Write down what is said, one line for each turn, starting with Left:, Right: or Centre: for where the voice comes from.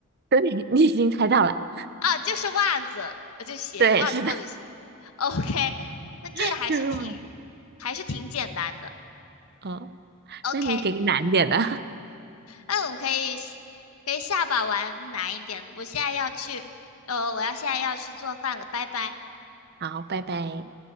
Right: 对，<laughs> 你已经猜到了，
Left: 啊，就是袜子，我就写袜子或者鞋。
Right: 对，是的，
Left: OK，<laughs> 那这个还是挺
Right: <laughs> 就是我，
Left: 还是挺简单的。
Right: 哦，
Left: OK，
Right: 那你给个难点的，
Left: 那我们可以可以下把玩难一点。我现在要去，呃，我要现在要去做饭了，拜拜。
Right: <laughs> 好，拜拜。